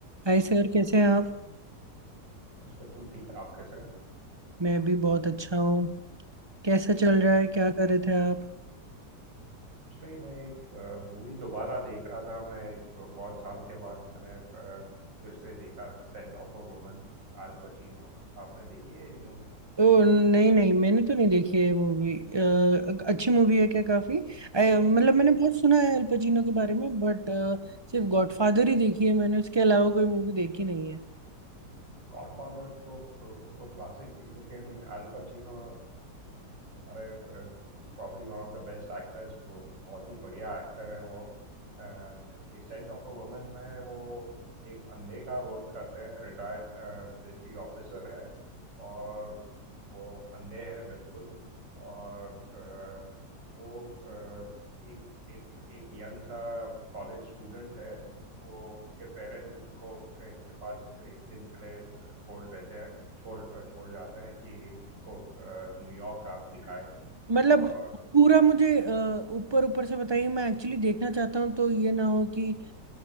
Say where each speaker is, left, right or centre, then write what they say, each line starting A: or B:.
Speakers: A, on the right; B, on the right.
A: हाय sir कैसे हैं आप
B: बस बिल्कुल ठीक आप कैसे हैं
A: मैं भी बहुत अच्छा हूँ कैसा चल रहा है क्या कर रहे थे आप
B: कुछ नहीं मैं एक मूवी दोबारा देख रहा था मैं एक बहुत साल के बाद मैंने अ, फिर से देखा scent of a woman Al Pacino आपने देखी है ये मूवी
A: ओ नहीं नहीं मैंने तो नहीं देखी है मूवी अच्छी मूवी है क्या काफी I- मतलब मैंने बहुत सुना है अल पचिनो के बारे में बट सिर्फ गॉडफादर ही देखी है मैंने उसके अलावा कोई मूवी देखी नहीं
B: गॉडफादर तो वो तो क्लासिक थी लेकिन अल पचिनो हमारे is probably one of the best actors वो बहुत ही बढ़िया एक्टर हैं वो एंड ये सेंट ऑफ अ वुमन में वो एक अंधे का रोल करते हैं रिटायर्ड मिलिट्री ऑफिसर है और वो अंधे हैं बिल्कुल और uh, वो uh, एक एक एक यंग सा कॉलेज स्टूडेंट है वो उनके पेरेंट्स इनको इनके पास एक दिन के लिए छोड़ देते हैं छोड़ छोड़ जाते हैं कि उनको न्यूयॉर्क आप दिखाए
A: मतलब
B: और
A: पूरा मुझे अ, ऊपर ऊपर से बताइए मैं एक्चुअली देखना चाहता हूँ तो ये ना हो कि